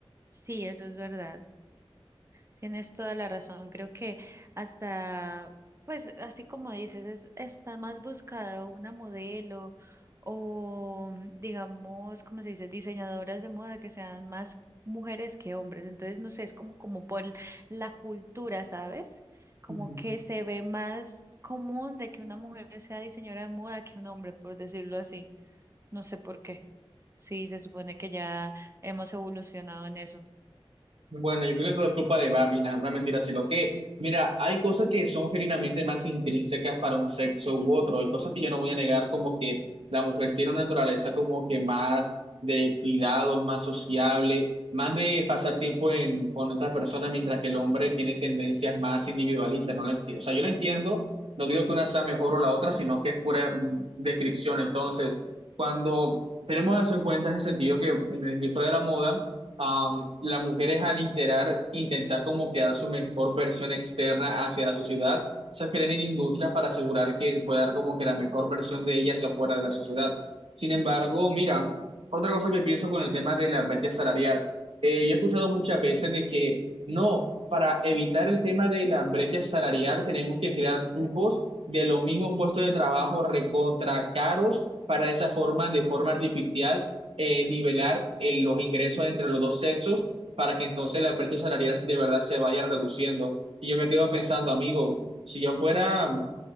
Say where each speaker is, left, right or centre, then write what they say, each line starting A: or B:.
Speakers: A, on the right (about 30°); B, on the right (about 70°).
A: Sí, eso es verdad. Tienes toda la razón. Creo que hasta, pues así como dices, es, está más buscado una modelo o, mm, digamos, como se dice, diseñadoras de moda que sean más mujeres que hombres. Entonces, no sé, es como, como por la cultura, ¿sabes? Como
B: Ujú.
A: que se ve más común de que una mujer sea diseñadora de moda que un hombre, por decirlo así. No sé por qué. Sí, se supone que ya hemos evolucionado en eso.
B: Bueno, yo creo que todo es culpa de Barbie, no, una mentira, lo que, mira, hay cosas que son genuinamente más intrínsecas para un sexo u otro, hay cosas que yo no voy a negar, como que la mujer tiene una naturaleza como que más de cuidado, más sociable, más de pasar tiempo en, con otras personas, mientras que el hombre tiene tendencias más individualistas, no la enti- o sea, yo la entiendo, no digo que una sea mejor o la otra, sino que es pura mm, descripción, entonces, cuando tenemos eso en cuenta en el sentido que en la historia de la moda, Am, las mujeres al interar- intentar como crear su mejor versión externa hacia la sociedad, se creen en industrias para asegurar que pueda dar como que la mejor versión de ellas hacia fuera de la sociedad. Sin embargo, mira, otra cosa que pienso con el tema de la brecha salarial. Eh, yo he escuchado muchas veces de que no, para evitar el tema de la brecha salarial tenemos que crear cupos de los mismos puestos de trabajo recontra caros para de esa forma, de forma artificial eh, nivelar eh, los ingresos entre los dos sexos para que entonces las brechas salariales de verdad se vayan reduciendo. Y yo me quedo pensando, amigo, si yo fuera